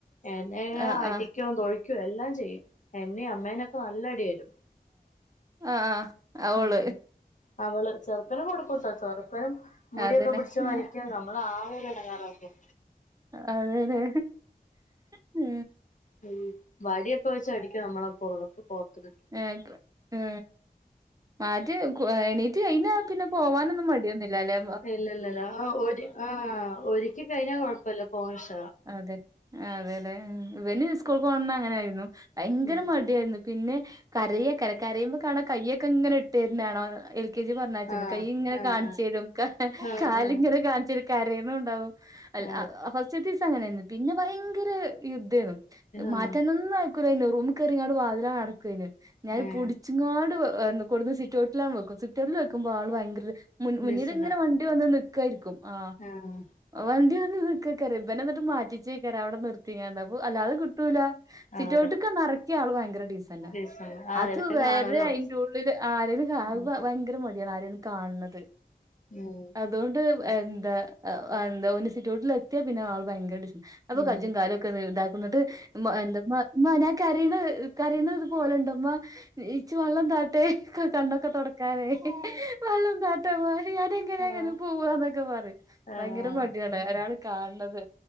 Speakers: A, on the left; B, on the right.
A: എന്നെ
B: ആഹ്
A: അടി
B: ആഹ്
A: ക്കോ തൊഴിക്കോ എല്ലാം ചെയ്യും എന്നെ അമ്മേനൊക്കെ നല്ലടി തരും.
B: ആ ആഹ് അവൾ
A: ഉം ഉം അവള് ചെറുതിന് കൊടുക്കൂട്ടോ ചെറുക്കനും മുടിയൊക്കെ
B: അതന്നെ
A: പിടിച്ച് വലിക്ക
B: ഉം
A: നമ്മള് ആ ഒരു ഇടങ്ങാറാക്കും
B: അതെതെ മ്
A: മ് വടിയൊക്കെ വെച്ച് അടിക്കും നമ്മളെ പോറത്ത് പോറത്ത്
B: ഏ പ് ഹേ മാറ്റി എണീറ്റ് കഴിഞ്ഞ പിന്നെ പോവാനൊന്നും മടിയൊന്നില്ലാല്ലെ
A: ഇല്ല ഇല്ലല്ല -ആ- ആ -ഒരിക്കി -കഴിഞ്ഞാൽ കുഴപ്പല്ല പോവാൻ ഉഷ
B: അതെ അതെല്ലെ ഇവന് സ്കൂൾ പോക്ണന്ന് അങ്ങനെയിരുന്നു ഭയങ്കര
A: ഉം
B: മടിയായിരുന്നു പിന്നെ കരയെക്കാരം കരയുമ്പോ കാണാ കയ്യൊക്കെ ഇങ്ങനെ ഇട്ട് തര്ണാണാ എൽ കെജി പറഞ്ഞയച്ചത്
A: ആഹ്
B: കൈ ഇങ്ങനെ
A: ആഹ്
B: കാണിച്ചരും
A: ആഹ്
B: കാലിങ്ങനെ
A: ആഹ്
B: കാണിച്ചരും കരയ്ണുംണ്ടാവും അല്ല
A: ആഹ് അതെ
B: അ ഫസ്റ്റത്തീസങ്ങനെയ് പിന്നെ ഭയങ്കര യുദ്ധൈനു മാറ്റാൻ
A: ആഹ്
B: ഒന്നയകൂലൈനു റൂമ്കേറിങ്ങാട് വാതിലടക്കൈനു ഞാന്പുട്ച്ച്
A: ഏഹ്
B: ങ്ങോട് എന്ത് കൊടുന്ന് സിറ്റോട്ടിലാണ്വെക്കും സിറ്റോട്ടില് വെക്കുമ്പോ ആൾഭയങ്കര മുൻ മുന്നിലിങ്ങനെ
A: ഡീസന്റാ
B: വണ്ട് വണ്ടിവന്ന് നിക്കേയിരിക്കും ആ
A: ആഹ്
B: വണ്ടിവന്ന് നിക്കക്കാരം ബ്നെന്നിട്ട് മാറ്റിച്ച് ചൈകാര്യം അവിടെ നിർത്തിങ്ങാണ്ട് അപ്പൊ അല്ലാതെകിട്ടൂല സിറ്റൗട്ട്ക്കങ്ങറക്കിയ
A: അതെ
B: ആള് ഭയര ഡീസന് അല്ല
A: ഡീസന്റ് ആരേലും
B: അത് വരെ
A: കാണുവല്ലോ
B: അയിന്റെഉള്ളില് ആരെലുംകാണുമ്പ
A: ഉം
B: ഭയങ്കര മടിയാണ് ആരേലും കാണ്ണുന്നത്.
A: ഉം
B: അതുകൊണ്ട് എന്താ അന്താ സിറ്റൗട്ടിലെത്തിയാ പിന്നെ ആൾ ഭയങ്കര ഡീസൻ്റാ അപ്പൊ
A: ഉം
B: കജ്ജും കാലൊക്കെ ഇതാക്കുന്നിട്ട് എന്താ മ ഞാന കറീണ് കറീണത് പോലെണ്ടമ്മ ഇച്ച് വള്ളം താട്ട് കണ്ണൊക്കെ തൊടക്കാനേ വള്ളം താട്ട്മ്മ ഞാനെങ്ങനെ
A: ആഹ്
B: പോവാന്നൊക്കെ പറയും
A: ആഹ്
B: താണ് ഒരാള് കാണ്ണത്.